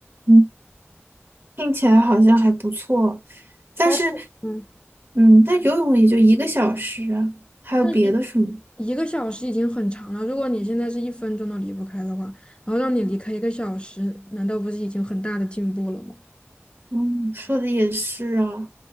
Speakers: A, on the right; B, on the left.
A: 嗯，听起来好像还不错，但是，
B: 包括嗯，
A: 嗯，但游泳也就一个小时啊，还有别的什么？
B: 一一个小时已经很长了。如果你现在是一分钟都离不开的话，然后让你离开一个小时，难道不是已经很大的进步了吗？
A: 嗯，说的也是啊，